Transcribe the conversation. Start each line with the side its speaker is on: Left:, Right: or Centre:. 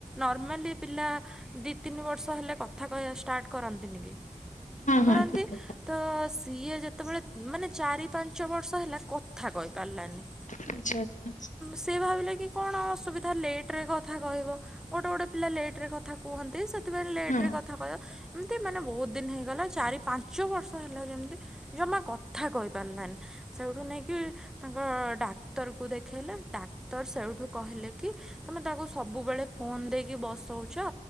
Centre: ନର୍ମାଲି ପିଲା ଦି ତିନି ବର୍ଷ ହେଲେ କଥା କହିବା ଷ୍ଟାର୍ଟ କରନ୍ତିନି କି।
Left: ହଁ
Centre: କରନ୍ତି।
Left: ହଁ ଠିକ କଥା
Centre: ତ ସିଏ ଯେତେବେଳେ ମାନେ ଚାରି ପାଞ୍ଚ ବର୍ଷ ହେଲା କଥା କହି ପାରିଲାନି।
Left: ଆଚ୍ଛା ଆଚ୍ଛା।
Centre: ସେ ଭାବିଲା କି କଣ ଅସୁବିଧା ଲେଟ୍ରେ କଥା କହିବ। ଗୋଟେ ଗୋଟେ ପିଲା ଲେଟେ ରେ କଥା କୁହନ୍ତି ସେଥିପାଇଁ ଲେଟେ
Left: ହଁ।
Centre: ରେ କଥା କହିବ ଏମିତି ମାନେ ବୋହୁତ ଦିନ ହେଇଗଲା। ଚାରି ପାଞ୍ଚ ବର୍ଷ ହେଲା ଯେମିତି ଜମା କଥା କହିପାରିଲାନି। ସେଇଠୁ ନେଇକି ତାଙ୍କ ଡାକ୍ତର କୁ ଦେଖେଇଲେ ଡାକ୍ତର ସେଇଠୁ କହିଲେ କି ତମେ ତାକୁ ସବୁବେଳେ ଫୋନ ଦେଇକି ବସଉଚ